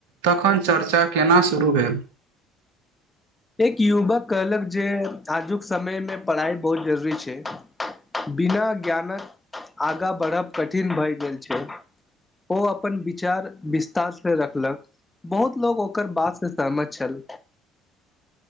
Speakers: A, on the right; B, on the left.
A: तखन चर्चा केना शुरू भेल
B: एक युवक कहलक जे आजुक समय में पढ़ाई बहुत जरूरी बिना ज्ञानक आगा बढ़ब कठिन भए गेल छैय ओ अपन विचार विस्तार से रखलक बहुत लोग ओकर बात से सहम छल